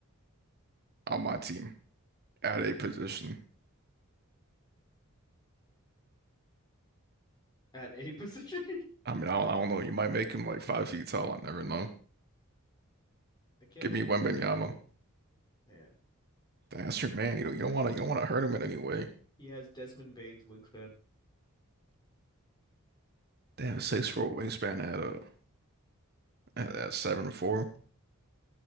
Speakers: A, on the right; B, on the left.
A: on my team at a position.
B: At a position,
A: I mean, I don't, I don't know. You might make him like five feet tall. I never know.
B: <laughs> I can't.
A: Give me Wembanyama.
B: Man,
A: That's your man. You don't, you don't want to, you don't want to hurt him in any way.
B: he has Desmond Bane's wingspan.
A: They have six four wingspan at a at, at seven four.